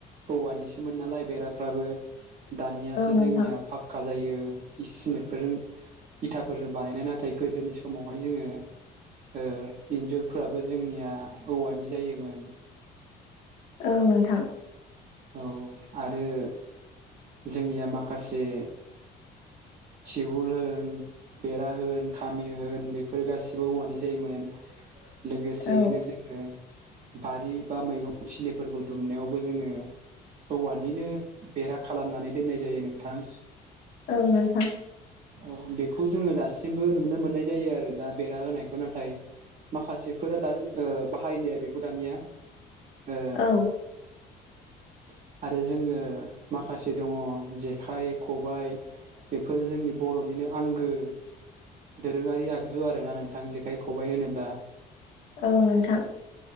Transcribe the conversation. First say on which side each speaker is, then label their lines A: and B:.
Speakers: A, on the right (about 45°); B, on the left (about 80°).
A: औवानिसोमोन नालाय बेराफ्राबो दानियासो
B: औ नोंथां
A: जोंनिया फाक्का जायो इससिमिदफोरजों इथाफोरजों बानायनाय नाथाय गोदोनि समावहाय जोङो ओ इन्जुरफ्राबो जोंनिया औवानि जायोमोन
B: औ नोंथां।
A: औ आरो जोंनिया माखासे
B: <inaudible>
A: टिउबुल होन बेरा होन खामि होन बेफोरो गासिबो औवानि जायोमोन। लोगोसेयैनो
B: औ
A: जोङो बारि बा मैगं थिलिफोरखौ दुमनायावबो जोङो हौवानिनो बेरा खालामनानै दोननाय जायो नोंथां।
B: औ नोंथां।
A: औ बेखौ जोङो दासिमबो नुनो मोननाय जायो आरो दा बेरा होनायखौ नाथाय माखासेफोरा दा ओ बाहायलिया बेखौ दानिया। ओ
B: औ
A: <inaudible> आरो जोङो माखासे दङ जेखाइ खबाइ बेफोरो जोंनि बर'निनो आंगो दोरोङारि आगजु आरोना नोंथां जेखाइ खबाइ होनोब्ला।
B: औ नोंथां।